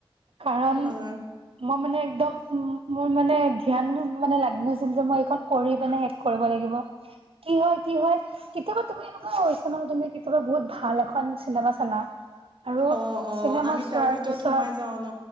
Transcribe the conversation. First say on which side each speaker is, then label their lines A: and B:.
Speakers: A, on the right; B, on the right.
A: কাৰণ
B: হয়
A: মই মানে একদম মোৰ মানে ধ্যান মানে লাগি গৈছিল যে মই এইখন পঢ়ি পিনে শেষ কৰিব লাগিব। কি হয় কি হয় কেতিয়াবা তুমি এনেকুৱা হৈছে নহয় তুমি কেতিয়াবা ভাল এখন চিনেমা চালা আৰু
B: অ অ
A: চিনেমা
B: আমি
A: চোৱাৰ
B: তাৰ ভিতৰত
A: পিছত
B: সোমাই যাও ন